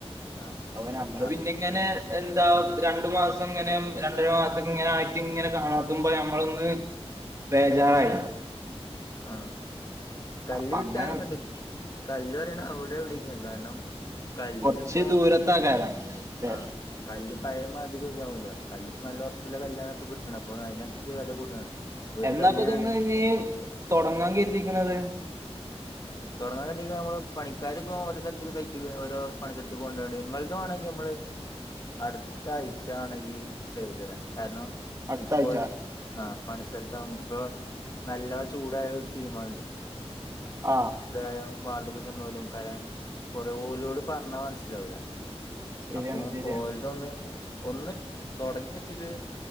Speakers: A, on the left; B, on the right.
A: ആഹ്
B: അപ്പൊ നമ്മള്
A: ആഹ്
B: പിന്നെങ്ങനെ എന്താ രണ്ടു മാസം ഇങ്ങനെ രണ്ടര മാസ ഇങ്ങനെ ആയിട്ട് ഇങ്ങനെ കാണാത്തുമ്പോ ഞമ്മളൊന്ന് ബേജാറായി
A: ആ കല്ല്
B: അപ്പൊ
A: കിട്ടാ
B: അങ്ങനെ
A: കണ്ട് കല് അവിടെ വിളിക്കും കാരണം കല്ലിന
B: കൊറച്ച്
A: ഇപ്പം
B: ദൂരത്താക്കാരം ല്ലേ
A: ആ കല്ല് പയ മാതി ല്പ്പ നല്ല ഉറപ്പില്ല കല് ഇ കിട്ടണം അപ്പ അതിനനുസരിച്ച് വില കൂടാണ് ഒരു
B: എന്നാപ്പൊ
A: കല്ലിനാണെങ്കിൽ
B: തോന്ന് ഞ്ഞ് തുടങ്ങാൻ കേതിരിക്ക്ണത്
A: അ കരുതി നമ്മള് പണിക്കാർ ഇപ്പോ ഓരോ സ്ഥലത്ത സൈറ്റ് ഓരോ പണി സ്ഥലത്തക്ക് കൊണ്ടുപ ഇ നിങ്ങ വണെങ്കി നമ്മള് അടുത്ത ആഴ്ച ആണെങ്കി ചെയ്ത് തരാം കാരണം
B: അടുത്ത
A: ഇപ്പോ
B: ആഴ്ച
A: ഒരു ആ പണി സ്ത ഇപ്പ നല്ല ചൂടായ ഒരു ടീമാള്ണ്ട്
B: ആ
A: <unintelligible> കാര്യം കുറേ ഓലോട് പറഞ്ഞാൽ മനസ്സിലാവൂല്ല
B: ശരിയാണ്
A: അപ്പൊ
B: ശരിയാണ്
A: ഓൽതൊന്ന് ഒന്ന് തൊടങ്ങിച്ചിട്ട്